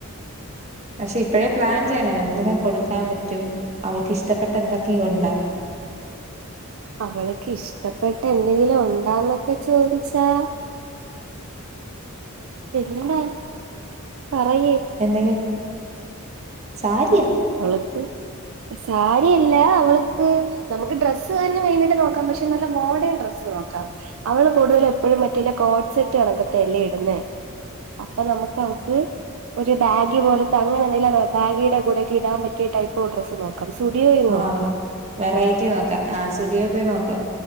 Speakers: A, on the right (about 30°); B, on the right (about 65°).
A: പഷെ ഇപ്പഴേ പ്ലാൻ ചെയ്യണം എന്തൊക്കെ കൊടുക്കാംപറ്റും അവൾക്ക്ഷ്ടപ്പെട്ട എന്തൊക്കെയൊണ്ട്
B: അവളാക്ക് ഇഷ്ടപ്പെട്ട എന്തെങ്കിലും ഒണ്ടാന്നൊക്കെ ചോദിച്ചാ പ്രഗ്നന്റണ് എന്താ പറയ്
A: <unintelligible> സാരിയാ
B: അവള്ക്ക് സാരിയല്ല അവളിക്ക് നമുക്ക് ഡ്രസ്സ് തന്നെ വേണ്ടീട്ട് നോക്കാം പഷെ നല്ല മോഡേൺ ഡ്രസ്സ് നോക്കാം അവള് കൂടുതലും എപ്പഴും മറ്റേ കോഡ്സെറ്റ് കണക്കിത്തേ എല്ലേ ഇടുന്നേ അപ്പൊ നമുക്ക് അവക്ക് ഒരു ബാഗി പോലത്തെ അങ്ങനെ എന്തെില ബാഗിയുടെ കൂടെ കിടാൻ പറ്റ്യേ ടൈപ്പോ ഡ്രസ്സ് നോക്കാം സുഡിയോ യി
A: ആ
B: നോക്കാം
A: വെറൈറ്റി നോക്കാ ആ സുഡിയോ പോയി നോക്കാം